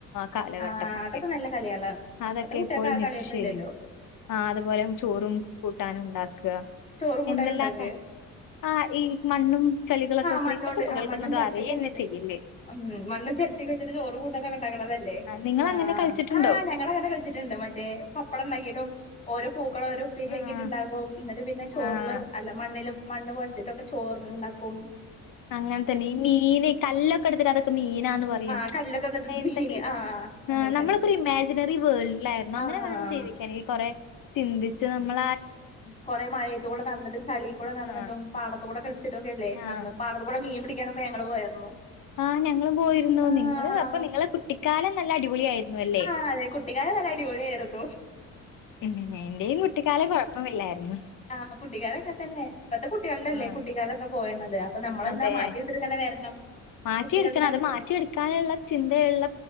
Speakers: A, on the left; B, on the left.
A: കാലഘട്ടമൊക്കെ
B: ആഹ് അതൊക്കെ നല്ല കളികളാണ്
A: അതൊക്കെ
B: ഇപ്പത്തെ കുട്ടികൾക്ക്
A: ഇപ്പോൾ
B: ആ
A: മിസ്സ്‌
B: കളിയൊന്നും
A: ചെയ്യുന്നു
B: ഇല്ലല്ലോ
A: ആ അതുപോലെ ചോറും
B: ഉം.
A: കൂട്ടാനും ഉണ്ടാക്കുക
B: ചോറും കൂട്ടാനും
A: എന്തെല്ലാട്ടാ
B: ഉണ്ടാക്കേ
A: ആ ഈ മണ്ണും ചെളികളൊക്കെ
B: ആ
A: വെച്ചിട്ട്
B: മണ്ണുകൊണ്ട്
A: ഇപ്പത്തെ കുട്ടികൾക്കൊന്നും
B: ആ മണ്ണും
A: അത്
B: ചിരട്ടൊക്കെ
A: അറിയന്നെ
B: വെച്ചിട്ട്
A: ചെയ്യില്ലേ
B: ഉം മണ്ണും ചിരട്ടൊക്കെ വച്ചിട്ട് ചോറും കൂ ഉണ്ടാക്കണതല്ലേ
A: നിങ്ങളങ്ങനെ
B: ആ
A: കളിച്ചിട്ടുണ്ടോ
B: ആഹ് ഞങ്ങളങ്ങനെ കളിച്ചിട്ടുണ്ട് മറ്റേ പപ്പടം ഉണ്ടാക്കിട്ടും ഓരോ പൂക്കള് ഓരോ ഉപ്പേരിയാക്കിട്ടുണ്ടാക്കും
A: ആഹ്
B: എന്നിട്ട് പിന്നെ ചോറില്
A: ആഹ്
B: അല്ല മണ്ണിലും മണ്ണ് കൊഴച്ചിട്ടൊക്കെ ചോറുണ്ടാക്കും
A: അങ്ങനെ തന്നെ ഈ മീന് കല്ലൊക്കെടുത്തിട്ട് അതൊക്കെ മീനാന്ന് പറയും
B: ആഹ് കല്ലൊക്കെ എന്നിട്ട്
A: എന്തൊക്കെ-
B: മീന് ആഹ് അങ്ങനെ
A: ആ നമ്മളിപ്പൊരു
B: തന്നെ
A: ഇമാജിനറി വേൾഡിലായിരുന്നു
B: ആഹ്
A: അങ്ങനെ വേണം ജീവിക്കാൻ ഈ കൊറേ ചിന്തിച്ച് നമ്മ-
B: കൊറേ മഴയത്ത്കൂടെ നടന്നിട്ട് ചളി കൂടെ നടന്നിട്ടും
A: ആഹ്
B: പാട- കൂടെ കളിച്ചിട്ടൊക്കെയല്ലേ
A: ആഹ്
B: അന്ന് പാടത്തുകൂടെ മീൻ പിടിക്കാനൊക്കെ ങ്ങങ്ങള് പോയായിരുന്നു.
A: ആ ഞങ്ങളും പോയിരുന്നു
B: ആഹ്
A: നിങ്ങള് അപ്പോ നിങ്ങളെ കുട്ടിക്കാലം നല്ല അടിപൊളിയായിരുന്നു അല്ലേ
B: ആ അതെ കുട്ടിക്കാലം നല്ല അടിപൊളിയായിരുന്നു.
A: ഉം എന്റെയും കുട്ടിക്കാലം കുഴപ്പമില്ലായിരുന്നു.
B: ആ കുട്ടിക്കാലം ഇങ്ങൻതന്നെ ഇപ്പത്തെ കുട്ടികളുടെ അല്ലേ
A: ആഹ്
B: കുട്ടിക്കാലൊക്കെ പോയേണത് അപ്പൊ നമ്മളെന്താ
A: അതെ
B: മാറ്റിയെടുത്തിട്ട് ഇങ്ങനെ വരണം
A: മാറ്റിയെടുക്കണം
B: ആ കുട്ടികളുടെ
A: അത് മാറ്റിയെടുക്കാനുള്ള ചിന്തയുള്ള